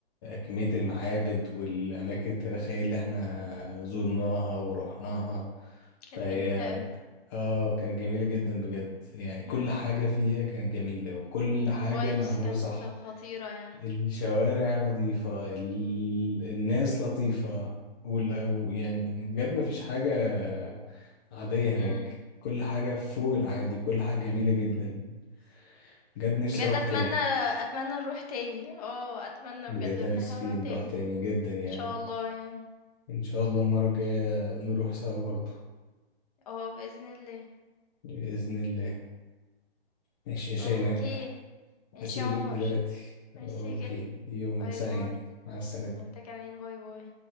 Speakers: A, on the left (about 20°); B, on the left (about 35°).
A: كمية المعابد والأماكن التاريخية اللي احنا زرناها ورحناها
B: كانت
A: فهي
B: جميلة أوي.
A: اه كانت جميلة جدا بجد يعني كل
B: إمم،
A: حاجة فيها كانت جميلة وكل
B: إمم،
A: حاجة
B: الvibes
A: معمولة
B: كانت
A: صح
B: خطيرة يعني.
A: الشوارع نظيفة ال... الناس لطيفة وال... و- يعني بجد مفيش حاجة عادية هناك
B: إمم.
A: كل حاجة فوق العادي كل حاجة جميلة جدا بجد نفسي
B: بجد
A: أروح
B: أتمنى
A: تاني
B: أتمنى نروح تاني، آه، أتمنى
A: بجد
B: بجد إن
A: أنا نفسي
B: إحنا نروح
A: نروح
B: تاني،
A: تاني
B: إن
A: جدا يعني
B: شاء الله يعني،
A: إن شاء الله المرة الجاية نروح سوا برضو
B: آه، بإذن الله،
A: بإذن الله ماشي يا شيماء
B: أوكي، ماشي
A: أسيبك
B: يا عمر،
A: دلوقتي
B: ميرسي
A: أوكي
B: جدًا،
A: يومك
B: باي
A: سعيد
B: باي،
A: مع السلامة
B: وأنت كمان باي باي.